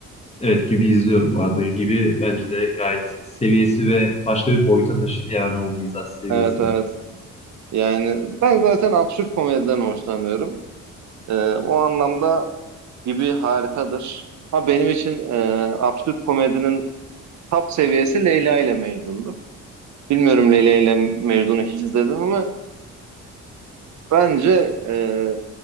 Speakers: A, on the left; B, on the right.
A: Evet gibi izliyorum. Bu arada gibi bence de gayet seviyesi ve başka bir boyuta taşıdı yani o mizah seviyesini.
B: Evet evet. Yani ben zaten absürt komediden hoşlanıyorum. Ee, o anlamda gibi harikadır. Ha benim için e, absürt komedinin top seviyesi Leyla ile Mecnun'dur. Bilmiyorum Leyla ile Mecnun'u hiç izledim ama bence e,